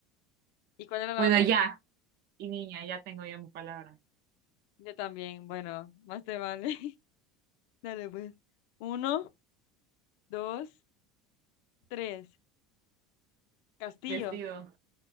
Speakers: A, on the left; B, on the right.
A: ¿Y cuál era la
B: bueno,
A: otra?
B: ya. Y niña, ya tengo yo mi palabra.
A: Yo también. Bueno, más te vale. <laughs> Dale, pues. Uno, dos, tres. Castillo.
B: Vestido.